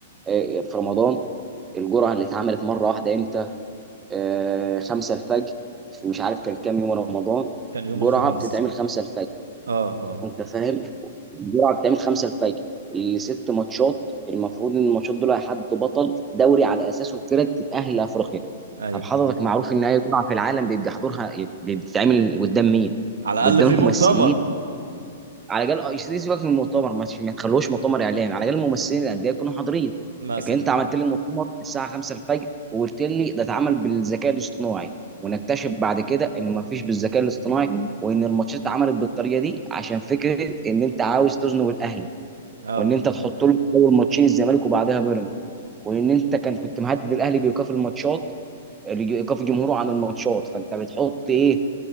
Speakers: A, on the right; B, on the right.
A: آه، في رمضان الجرعه اللي اتعملت مره واحده امتى؟ آه خمسة الفجر في مش عارف كان كام يوم رمضان
B: كان يوم
A: جرعه
B: الخميس
A: بتتعمل خمسة الفجر
B: اه اه
A: انت فاهم؟ الجرعه بتتعمل خمسة الفجر الست ماتشات المفروض ان الماتشات دول هيحددوا بطل دوري على اساسه الفرق تتاهل لافريقيا
B: ايوه
A: طب حضرتك معروف ان اي بضعه في العالم بيبقى حضورها بتتعمل قدام مين؟
B: على
A: قدام
B: الاقل في
A: الممثلين
B: مؤتمر
A: على الاقل آه، سيبك من المؤتمر مش ما تخلوهوش مؤتمر اعلامي على الاقل الممثلين الانديه يكونوا حاضرين
B: مثلا
A: لكن انت عملت لي المؤتمر الساعه 5 الفجر وقلت لي ده اتعمل بالذكاء الاصطناعي ونكتشف بعد كده ان ما فيش بالذكاء الاصطناعي وان الماتشات اتعملت بالطريقه دي عشان فكره ان انت عاوز تزنق الاهلي
B: اه
A: وان انت تحط له اول ماتشين الزمالك وبعدها بيراميدز وان انت كان كنت مهدد الاهلي بايقاف الماتشات الج- ايقاف الجمهور عن الماتشات فانت بتحط ايه